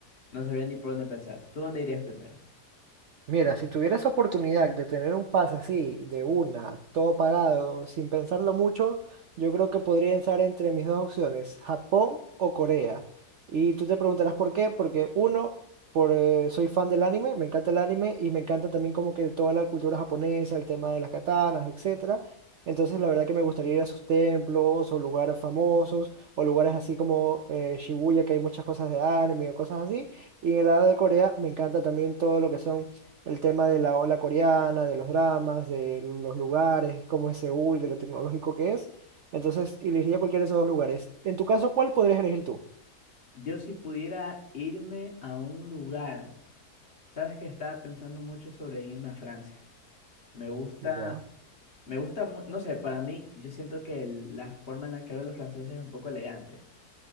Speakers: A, on the left (about 40°); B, on the right (about 65°).
A: no sabría ni por dónde pensar. ¿Tú dónde irías primero?
B: Mira, si tuvieras oportunidad de tener un pase así, de una, todo pagado, sin pensarlo mucho, yo creo que podría estar entre mis dos opciones, Japón o Corea. Y tú te preguntarás por qué, porque uno, por, eh, soy fan del anime, me encanta el anime y me encanta también como que toda la cultura japonesa, el tema de las katanas, etcétera. Entonces la verdad que me gustaría ir a sus templos o lugares famosos o lugares así como eh, Shibuya, que hay muchas cosas de anime o cosas así. Y en el lado de Corea me encanta también todo lo que son el tema de la ola coreana, de los dramas, de los lugares, cómo es Seúl, de lo tecnológico que es. Entonces, elegiría cualquiera de esos dos lugares. En tu caso, ¿cuál podrías elegir tú?
A: Yo si pudiera irme a un lugar, sabes que estaba pensando mucho sobre en irme a Francia. Me gusta,
B: Ya,
A: me gusta, mu- no sé, para mí yo siento que el- la forma en la que hablan los franceses es un poco elegante.